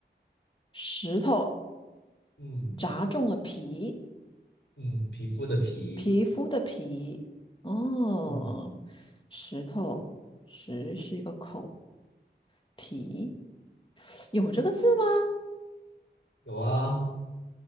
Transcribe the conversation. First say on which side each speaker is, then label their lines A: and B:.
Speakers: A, on the left (about 25°); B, on the left (about 80°).
A: 石头
B: 嗯
A: 砸中了皮，
B: 嗯，皮肤的皮，
A: 皮肤的皮。哦，
B: 嗯，
A: 石头，石是一个口，皮有这个字吗？
B: 有啊，